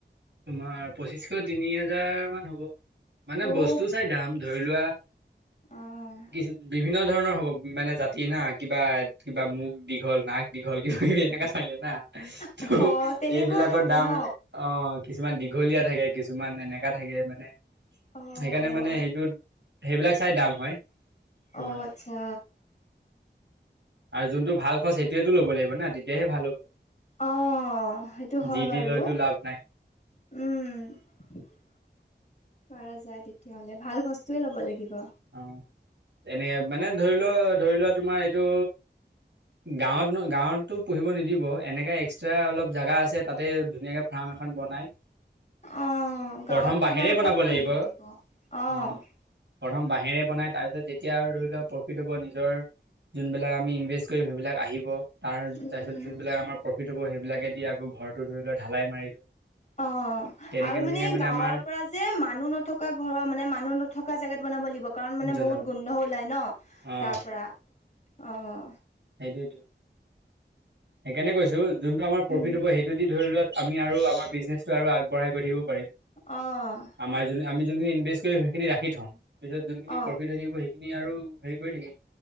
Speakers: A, on the right (about 70°); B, on the left (about 40°).
A: তোমাৰ পঁচিছশ তিনিহাজাৰ মান হ'ব। মানে
B: অ'
A: বস্তু চাই দাম, ধৰি লোৱা,
B: অ'
A: কিছূ বিভিন্ন ধৰণৰ হ'ব মানে জাত তিনা কিবা, কিবা মুখ দীঘল, নাক দীঘল কিবা কিবি এনেকা থাকে না। ত'
B: অ' তেনেকুৱাও
A: এইবিলাকৰ
B: থাকে
A: দাম
B: ন?
A: অঁ কিছুমান দীঘলীয়া থাকে, কিছুমান এনেকা থাকে মানে।
B: অ'
A: সেইকাৰণে মানে সেইটোত, সেইবিলাক চাই দাম হয়। তোমাৰ
B: অ' আচ্ছা।
A: আৰু যোনটো ভাল সঁচ সেইটোয়েটো ল'ব লাগিব না, তেতিয়াহে ভাল হ'ব।
B: অ' সেইটো হয়
A: যি তি
B: বাৰু
A: লৈটো লাভ নাই।
B: উম, পৰা যায় তেতিয়া হ'লে ভাল বস্তুয়েই ল'ব লাগিব।
A: অঁ এনেকে মানে ধৰি লোৱা ধৰি লোৱা তোমাৰ এইটো, গাওঁত নো গাওঁত তো পোহিব নিদিব, এনেকা এক্সট্ৰা অলপ জেগা আছে তাতে ধুনীয়াকে ফাৰ্ম এখন বনাই,
B: অঁ
A: প্ৰথম
B: গাঁৱত
A: বাঁহেৰে
B: তো বাৰু,
A: বনাব
B: ক'ত পুহিব
A: লাগিব
B: দিব, অঁহ।
A: অ প্ৰথম বাঁহেৰে বনাই, তাৰপিছত যেতিয়া আৰু ধৰি লোৱা প্ৰফিট হ'ব নিজৰ, যোনবিলাক আমি ইনভেষ্ট কৰিম, সেইবিলাক আহিব। তাৰ
B: উম
A: তাৰপিছত যোনবিলাক আমাৰ, প্ৰফিট হ'ব সেইবিলাকে দি আকৌ ঘৰটো ধৰি লোৱা ঢালাই মাৰিলো,
B: অঁ
A: তেনেকে
B: আৰু মানে
A: তেনেকে
B: গাঁৱৰ
A: আমাৰ
B: পৰা, যে মানুহ নথকা ঘৰৰ মানে মানুহ নথকা জেগাত বনাব লাগিব। কাৰণ মানে
A: জনাব
B: বহুত গোন্ধ ওলায় ন'।
A: অ
B: তাৰ পৰা অঁহ,
A: সেইটোয়েটো। সেইকাৰণে কৈছো, যোনটো আমাৰ প্ৰফিত
B: উম
A: হ'ব সেইটো দি ধৰি লোৱা, আমি আৰু আমাৰ বিজনেছটো আৰু আগবঢ়াই গৈ থাকিব পাৰিম।
B: অঁ
A: আমাৰ যোনখিনি আমি যোনখিনি ইনভেষ্ট কৰিম সেইখিনি ৰাখি থ'ম। পিছত যোনখিনি
B: অ'
A: প্ৰফিট হৈ থাকিব সেই খিনি আৰু হেৰি কৰি থাকিম।